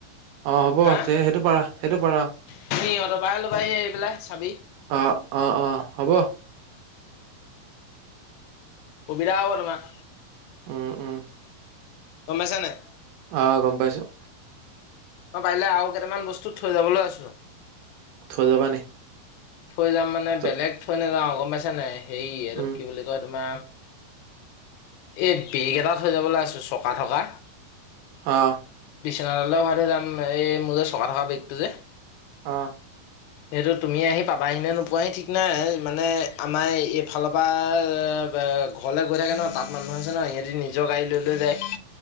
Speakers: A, on the right; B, on the left.
A: অ, হ'ব
B: হা
A: তে' সেইটো পাৰা সেইটো পাৰা।
B: তুমি ইহঁতৰ পৰাহে ল'বাহি আহি পেলাই চাবি
A: অ', অ, অ, হ'ব।
B: সুবিধা হ'ব তোমাৰ।
A: উম, উম,
B: গম পাইছানে?
A: অ', গম পাইছোঁ।
B: মই পাৰিলে আৰু কেইটামান বস্তু থৈ যাবলৈ আছোঁ।
A: থৈ যাব নি?
B: থৈ যাম মানে
A: ত-
B: বেলেগ থৈ নাযাওঁ গম পাইছা নে হেৰি এইটোক
A: উম,
B: কি বুলি কয় তোমাৰ এহ বেগ এটা থৈ যাবলৈ আছে চকা থকা।
A: অ'
B: বিছনা <unintelligible> ভৰাই থৈ যাম এই মোৰ যে চকা থকা বেগটো যে।
A: অ',
B: সেইটো তুমি আহি পাবাহিনে নোপোৱাহি ঠিক নাই মানে আমাৰ এইফালৰ, ঘৰলে গ'লে চে ন' তাত মানুহ আছে ন' সিহঁতি নিজৰ গাড়ী লৈ লৈ যায়।